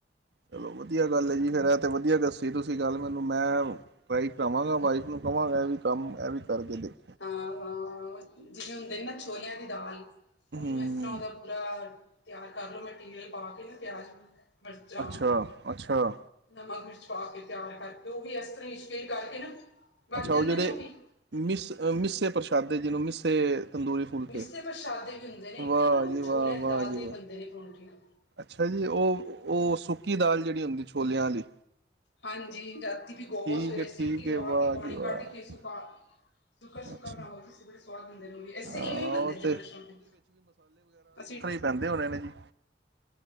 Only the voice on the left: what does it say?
ਹਾਂ ਹਾਂ ਹਾਂ, ਜਿਵੇਂ ਹੁੰਦੇ ਨੇ ਨਾ ਛੋਲਿਆਂ ਦੀ ਦਾਲ ਉਹਨੂੰ
ਐਸ ਤਰ੍ਹਾਂ ਉਹਦਾ ਪੂਰਾ ਤਿਆਰ ਕਰਲੋ ਮਟੀਰੀਅਲ ਤੇਲ ਪਾ ਕੇ ਨਾ ਪਿਆਜ਼, ਮਰਚਾਂ।
ਨਮਕ, ਮਿਰਚ ਪਾ ਕੇ ਤਿਆਰ ਕਰਕੇ ਉਹ ਵੀ ਇਸ ਤਰ੍ਹਾਂ ਈਸ਼ਕੇ ਕਰਕੇ ਨਾ ਬਣ
ਜਾਂਦੇ
ਨੇ ਵੀ
ਮਿੱਸੇ ਪ੍ਰਸ਼ਾਦੇ ਵੀ ਹੁੰਦੇ ਨੇ ਇੱਕ
ਨਾ
ਛੋਲਿਆਂ
ਦੀ ਦਾਲ
ਦੇ
ਵੀ ਬਣਦੇ ਨੇ ਪਰੌਂਠੀਆਂ
ਹਾਂਜੀ ਰਾਤੀ ਬਿਗੋ
ਸਵੇਰੇ
ਸਿਟੀ
ਦਵਾ
ਕੇ ਪਾਣੀ
ਕੱਢ ਕੇ ਸੁੱਕਾ ਸੁੱਕਾ-ਸੁੱਕਾ
ਬਣਾਓ ਤੁਸੀਂ ਬੜੇ ਸਵਾਦ ਬਣਦੇ ਨੇ ਓਵੀ ਐਸੇ
ਇਵੇਂ ਬੰਦੇ
ਜੇ
ਬੜੇ ਸੋਹਣੇ ਅਸੀਂ